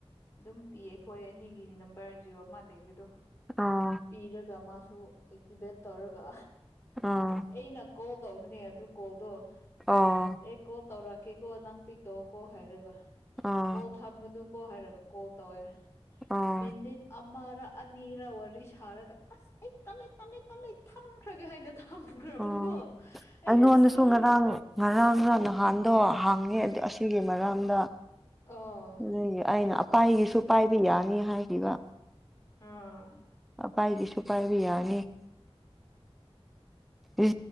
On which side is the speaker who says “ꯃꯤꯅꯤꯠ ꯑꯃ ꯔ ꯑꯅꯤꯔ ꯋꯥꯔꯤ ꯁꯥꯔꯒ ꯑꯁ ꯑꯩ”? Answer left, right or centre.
Left